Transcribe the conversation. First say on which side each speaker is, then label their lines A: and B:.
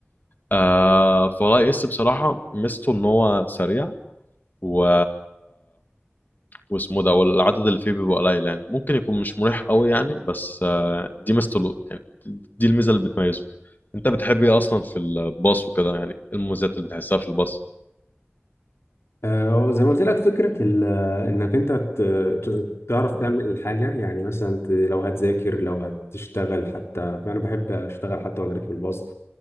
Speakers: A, on the left; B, on the left.
A: آه فولا اس بصراحه ميزته ان هو سريع و واسمه ده والعدد اللي فيه بيبقى قليل يعني ممكن يكون مش مريح قوي يعني بس آه، دي ميزته له- يعني دي الميزه اللي بتميزه انت بتحب ايه اصلا في الباص وكده يعني إيه المميزات اللي بتحسها في الباص
B: آه، زي ما قلت لك فكره ال- آه، انك انت ت- ت- تعرف تعمل الحاجه يعني مثلا ت- لو هتذاكر لو هتشتغل حتى انا بحب اشتغل حتى وانا راكب الباص